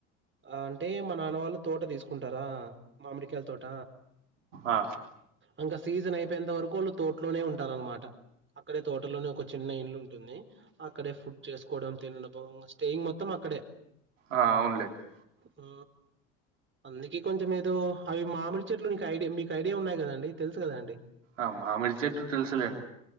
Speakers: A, on the right; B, on the right.
A: ఆంటే మా నాన్నవాళ్ళు తోట దీస్కుంటారా మామిడికాయ్ తోట
B: ఆ
A: అంక సీజనైపేయేంత వరకోళ్ళు తోట్లోనే ఉంటారనమాట అక్కడే తోటలోనే ఒక చిన్న ఇండ్లుంటుంది అక్కడే ఫుడ్ చేస్కోడం తినడపో ఇంగ స్టేయింగ్ మొత్తం అక్కడే
B: ఆ అవున్ లేండి
A: ఊ అందుకే కొంచం ఏదో అవి మామిడి చెట్లు నీకు ఐడియా మీకు ఐడియా ఉన్నాయ్ గదండి తెల్సు గదా అండి
B: ఆ మామిడి చెట్లు తెలుసులేండి